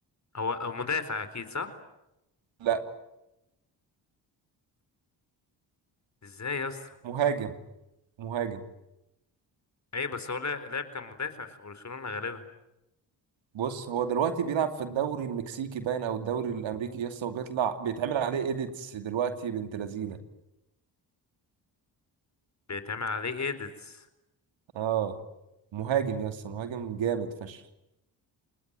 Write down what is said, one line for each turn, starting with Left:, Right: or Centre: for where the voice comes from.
Left: هو هو مدافع اكيد صح
Right: لا
Left: ازاي يا اسطى
Right: مهاجم مهاجم
Left: اي بس هو لا- لاعب كان مدافع في برشلونة غالبا
Right: بص هو دلوقتي بيلعب في الدوري المكسيكي باين او الدوري الامريكي يسطا وبيطلع بيتعمل عليه ايديتس دلوقتي بنت لذينه
Left: بيتعمل عليه ايديتس
Right: اه مهاجم يسطا مهاجم جامد فشخ